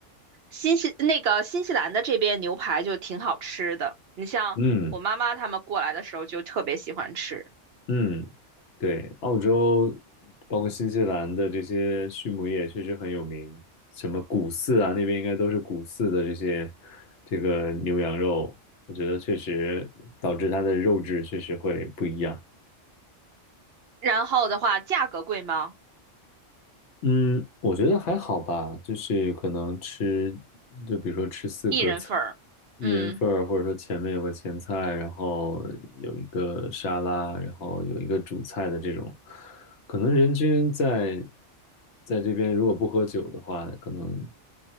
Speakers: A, on the right; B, on the left.
A: 新西那个新西兰的这边牛排就挺好吃的。你像我妈妈他们过来的时候就特别喜欢吃。
B: 嗯。嗯，对，澳洲包括新西兰的这些畜牧业确实很有名，什么谷饲啊，那边应该都是谷饲的这些这个牛羊肉，我觉得确实导致它的肉质确实会不一样。
A: 然后的话，价格贵吗？
B: 嗯，我觉得还好吧，就是可能吃，就比如说吃四个菜，
A: 一人份儿，
B: 一人份儿，
A: 嗯，
B: 或者说前面有个前菜，然后有一个沙拉，然后有一个主菜的这种，可能人均在在这边如果不喝酒的话，可能